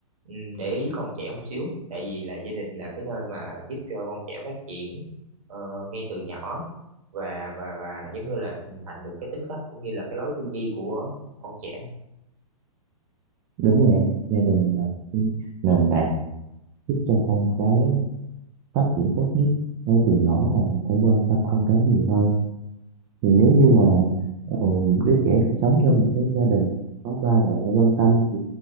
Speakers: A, on the right; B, on the right.
A: ừ, để ý con trẻ một xíu tại vì là gia đình là cái nơi mà giúp cho con trẻ phát triển ờ, ngay từ nhỏ và và và giống như là hình thành được cái tính cách cũng như là cái lối tư duy của con trẻ
B: đúng rồi em. gia đình là một cái nền tảng giúp cho con cái phát triển tốt nhất ngay từ nhỏ và mình phải quan tâm con cái nhiều hơn thì nếu như mà ờ, đứa trẻ được sống trong một cái gia đình có ba mẹ quan tâm thì